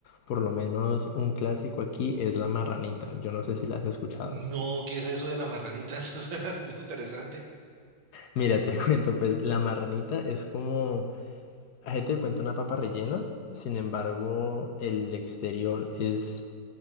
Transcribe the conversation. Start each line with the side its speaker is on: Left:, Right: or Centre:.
Left: Por lo menos un clásico aquí es la marranita. Yo no sé si la has escuchado.
Right: No, ¿qué es eso de la marranita? <laughs> Eso suena muy interesante.
Left: Mira, te <laughs> cuento, pues la marranita es como Gente te cuenta una papa rellena, sin embargo, el exterior es